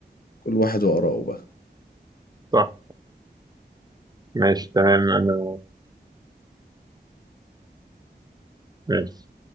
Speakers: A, on the left (about 60°); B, on the right (about 25°).
A: كل واحد واراءه بقى
B: صح ماشي تمام انا ماشي